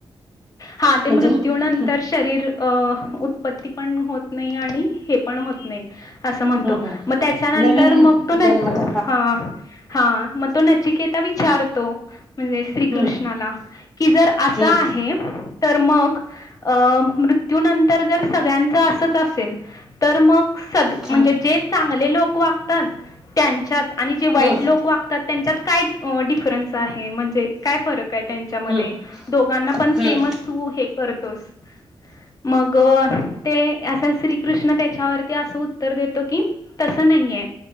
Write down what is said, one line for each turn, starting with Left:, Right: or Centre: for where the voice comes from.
Left: हा ते
Centre: म्हणजे
Left: मृत्यूनंतर
Centre: हम्म
Left: शरीर अ उत्पत्ती पण होत नाही आणि हे पण होत नाही असं म्हणतो
Centre: हम्म
Left: मग त्याच्यानंतर
Centre: नवीन
Left: मग तो ना
Centre: जन्मदा
Left: हा हा मग तो नचिकेता विचारतो म्हणजे श्रीकृष्णाला
Centre: हम्म
Left: की जर असं
Centre: हम्म
Left: आहे तर मग अं मृत्यूनंतर जर सगळ्यांच असच असेल तर मग सद म्हणजे
Centre: हम्म
Left: जे चांगले लोक वागतात त्यांच्यात आणि जे वाईट
Centre: हम्म
Left: लोक वागतात त्यांच्यात काय डिफरन्स आहे म्हणजे काय फरक आहे त्यांच्यामध्ये
Centre: हम्म
Left: दोघांना पण
Centre: हम्म
Left: सेमच तू हे करतोस मग ते असं श्रीकृष्ण त्याच्यावरती असं उत्तर देतो की तसं नाहीये